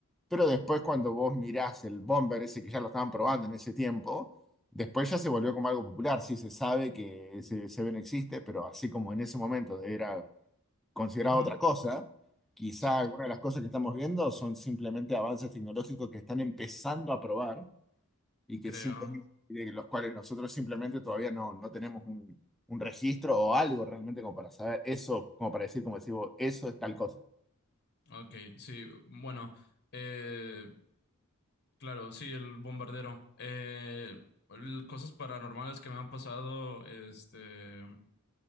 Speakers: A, in the centre; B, on the left.
A: pero después cuando vos mirás el bomber ese que ya lo estaban probando en ese tiempo, después ya se volvió como algo popular, sí se sabe que ese Seven existe, pero así como en ese momento era considerado
B: Ujú,
A: otra cosa, quizá
B: sí,
A: algunas de las cosas que estamos viendo son simplemente avances tecnológicos que están empezando a probar y que
B: creo.
A: simplemente, de los cuales nosotros simplemente todavía no, no tenemos un, un registro o algo realmente como para saber eso, como para decir, como decimos, eso es tal cosa.
B: Ok, sí, bueno. Eh, Claro, sí, el bombardero. Eh, el- cosas paranormales que me han pasado, este.